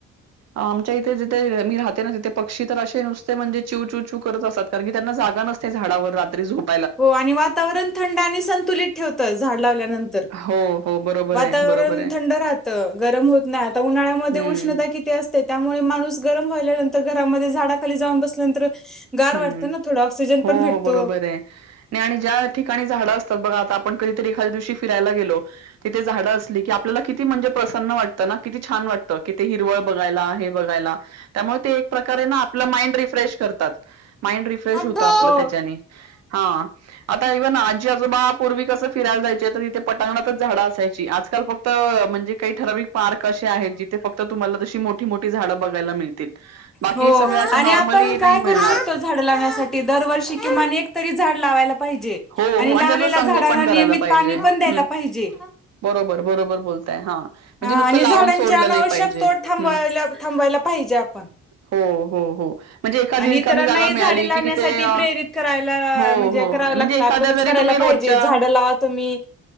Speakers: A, on the right; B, in the centre.
A: आमच्या इथे जथे मी राहत. तिे पक्षी तर असे नुसते म्हणजे चव चू च्यू करत असतात कारणी त्यांना जागा नसते झाडावर रात्री झोप.
B: हो आणि वातावरण थंड आणि संतुलित ठेवतं झाड लावल्यानंतर
A: हो हो बरोबर.
B: वातावरण
A: आहे बरोबर आहे
B: थंड राहतं गरम होत नाही आता उन्हाळ्यामध्ये
A: हम्म
B: उष्णता किती अस. त्यामुळे माणूस गरम व्हाल्यानंतर घरामध्ये झाडाखाली जाऊन बसल्यानंतर गार
A: हम्म
B: वाटतं ना थोडं ऑक्सिजन
A: हो
B: पण भेटतो
A: बरोबर आहे. नाही आणि ज्या ठिकाणी झाडं असतात बघा आता आपण कधीतरी एखद्या दिवशी फिरायला गेलो. तिथे झाडं असली की आपल्याला किती म्हणजे प्रसन्न वाटतं ना किती छान वाटतं कि ते हिरळ बघाला हे बघायला त्यामुळे ते एक प्रकारे ना आपलं माइंड रिफ्रेश करतात. माइंड रिफ्रेश
B: हो
A: होत आपलं त्याच्याने हा आता इव्हन आजी आजोबा पूर्वी कसं फिरायला जायचे तर तथे पटांगणातच झाडा अस. आजकाल फक्त म्हणजे काही ठराव. पार्क असे आहेत जिथे फक्त तुम्हाला जशी मोठी मोठी झाडं बघायला मिळतील. बाकी
B: हो
A: सगळ्या अशा
B: आणि
A: नॉर्मली
B: आपण काय
A: नाही मिळणार.
B: करू शकतो झाड लावण्यासाठी दरवर्षी किमाने एक तरी झाड लावायला. जे
A: हो
B: आणि
A: हो
B: लावलेल्या
A: त्याचं संगोपन
B: झाडांना
A: करायला
B: नियमित
A: पाहिजे
B: पाणी
A: हम्म
B: पण द्यायला पाहिजे.
A: बरोबर बरोबर बोलताय हा. म्हणजे
B: ह आणि
A: नुसतं लावून
B: झाडांचे
A: सोडलं
B: अनावश्यक
A: नाही पाहिजे
B: तोड
A: हम्म
B: थांबायला थांबायला पाहिजे आपण
A: हो हो हो. म्हणजे एखादी
B: आणि
A: रिकामी
B: इतरांनाही
A: जागा
B: झाडे
A: मिळाली
B: लावण्यासाठी
A: की तिथे हो
B: प्रेरित करायला म्हणजे
A: हो.
B: करावं
A: म्हणजे
B: लागतं
A: एखाद्या
B: आपणच
A: जरी
B: करायला
A: तुम्ही रोजच्या
B: पाहिजे झाडं लावा तुम्ही